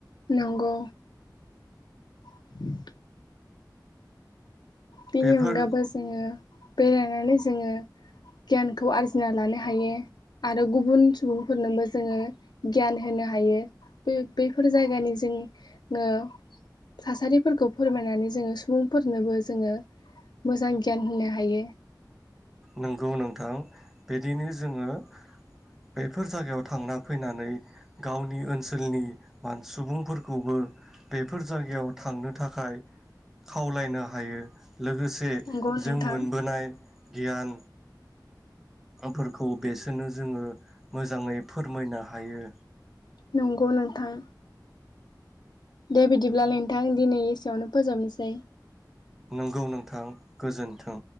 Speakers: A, on the left (about 75°); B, in the centre.
A: नंगौ। <inaudible> बेनि
B: बेफोर
A: अनगाबो जोङो बेरायनानै जोङो गियानखौ आरजिना लानो हायो आरो गुबुन सुबुंफोरनोबो जोङो गियान होनो हायो। बे बैफोर जायगानि जों ओ थासारिफोरखौ फोरमायनानै जोङो सुबुंफोरनोबो जोङो मोजां गियान होनो हायो।
B: नोंगौ नोंथां बिदिनो जोङो बेफोर जायगायाव थांना फैनानै गावनि ओनसोलनि मान सुबुंफोरखौबो बेफोर जायगायाव थांनो थाखाय खावलायनो हायो। लोगोसे
A: नंगौ नोंथां
B: जों मोनबोनाय गियान फोरखौ बेसोरनो जोङो मोजाङै फोरमायनो हायो।
A: नंगौ नोंथां। दे बिदिब्लालाय नोंथां दिनै एसेयावनो फोजोबनोसै
B: नंगौ नोंथां गोजोनथों।